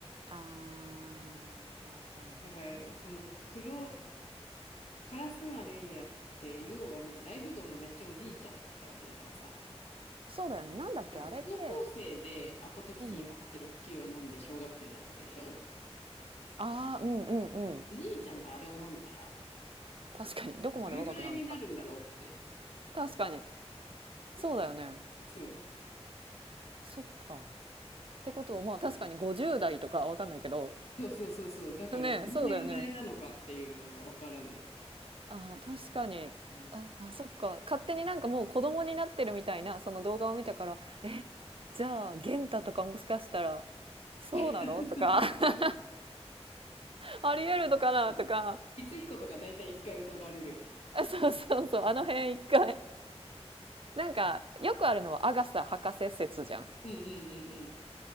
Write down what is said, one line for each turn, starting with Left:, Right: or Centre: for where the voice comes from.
Right: あーなるほどね。
Left: だから、その黒、カラスマレンヤって、要はなんか大富豪のめっちゃおじいちゃんだったわけだからさ。
Right: そうだよね。なんだっけあれって
Left: そう高校生でアポトキシンを869を飲んで小学生になるわけでしょ
Right: うんああ、うんうんうん。
Left: おじいちゃんがあれを飲んだら、
Right: 確かに。どこまで若くなるんだろ
Left: どれぐらいになるんだろうって。
Right: う。確かに。そうだよね。
Left: そう。
Right: そっか。ってことは、まあ確かに50代とかわかんないけど。
Left: そうそうそうそう。だから、
Right: ね、
Left: どの年代なのかっていうのはわからない。
Right: そうだよね。ああ、確かに。
Left: うん
Right: ああ、そっか。勝手になんかもう子供になってるみたいな、その動画を見たから、え、じゃあ、元太とかもしかしたら、そうなのとか、
Left: <laughs>
Right: <laughs> ありえるのかなとか、
Left: いつひことか大体一回疑われるよね。
Right: あそうそうそう、あの辺一回。なんか、よくあるのはアガサ博士説じゃん。
Left: うんうんうんうん。